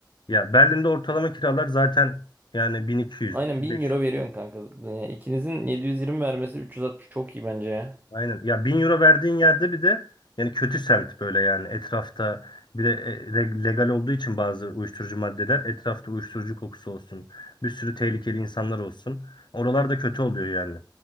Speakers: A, on the left (about 75°); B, on the right (about 25°).
A: Ya Berlin'de ortalama kiralar zaten yani 1200,
B: Aynen
A: 500.
B: 1000 euro veriyorsun kanka. Yani ikinizin 720 vermesi 360 çok iyi bence ya.
A: Aynen. Ya 1000 euro verdiğin yerde bir de yani kötü semt böyle yani etrafta bir de e, re- legal olduğu için bazı uyuşturucu maddeler etrafta uyuşturucu kokusu olsun. Bir sürü tehlikeli insanlar olsun. Oralarda kötü oluyor yani.